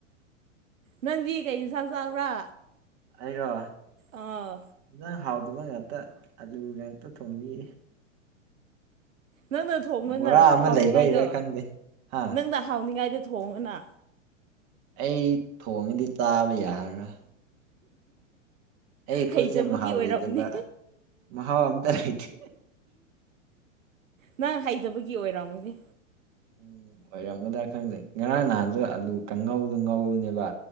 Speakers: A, on the right (about 80°); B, on the right (about 45°).
A: ꯅꯪꯗꯤ ꯀꯩ ꯏꯟꯁꯥꯡ ꯆꯥꯕ꯭ꯔꯥ
B: ꯑꯩꯔꯣ
A: ꯑꯥ
B: ꯅꯡꯍꯥꯎ ꯑꯗꯨꯒ ꯉꯥꯛꯇ ꯑꯂꯨ ꯉꯥꯛꯇ ꯊꯣꯡꯕꯤ
A: ꯅꯪꯅ ꯊꯣꯡꯉꯣꯅ
B: ꯕꯣꯔꯥ ꯑꯃ
A: ꯍꯥꯎꯅꯤꯉꯥꯏꯗꯣ
B: ꯂꯩꯕꯩꯔꯥ ꯈꯪꯗꯦ ꯍꯥ
A: ꯅꯪꯅ ꯍꯥꯎꯅꯤꯉꯥꯏꯗ ꯊꯣꯡꯉꯅ
B: ꯑꯩ ꯊꯣꯡꯉꯗꯤ ꯆꯥꯕ ꯌꯥꯔꯣꯏ ꯑꯩ
A: ꯍꯩꯇꯕꯒꯤ
B: ꯀꯣꯠꯁꯦ ꯃꯍꯥꯎ
A: ꯑꯣꯏꯔꯝꯅꯤ
B: ꯂꯩꯇꯦꯕ ꯃꯍꯥꯎ ꯑꯝꯇ ꯂꯩꯇꯦ
A: ꯅꯪ ꯍꯩꯇꯕꯒꯤ ꯑꯣꯏꯔꯣꯃꯤꯅꯦ
B: ꯎꯝ ꯑꯣꯏꯔꯝꯒꯗ꯭ꯔꯥ ꯈꯪꯗꯦ ꯉꯔꯥꯡ ꯅꯍꯥꯟꯁꯨ ꯑꯂꯨ ꯀꯥꯡꯉꯧꯗꯣ ꯉꯧꯔꯨꯅꯦꯕ